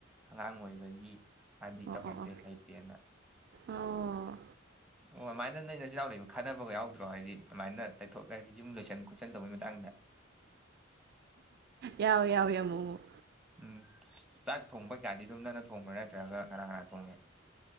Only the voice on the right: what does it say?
ꯑꯣ
ꯑꯣ
ꯑꯣ ꯑꯣ
ꯌꯥꯎ ꯌꯥꯎꯏ ꯑꯃꯨꯛ ꯃꯨꯛ